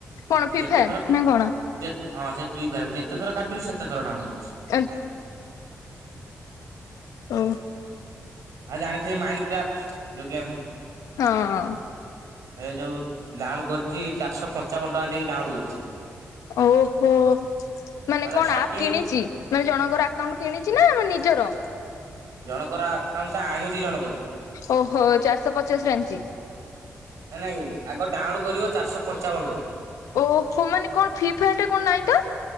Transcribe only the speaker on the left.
କଣ
ଫ୍ରି
ଫାୟାର ନା କଣ
ଏ ଓହୋ।
ହଁ।
ଓହୋ ମାନେ
କଣ
ଆପ୍ କିଣିଚି?
ନା ଜଣଙ୍କର ଆକାଉଣ୍ଟ କିଣିଚି ନା ନିଜର?
ଓହୋ ଚାରିଶହ ପଚାଶରେ ଆଣିଚି।
ଓହୋ ମାନେ କଣ ଫ୍ରିଫାୟାର ଟା କଣ ନାହିଁ ତ?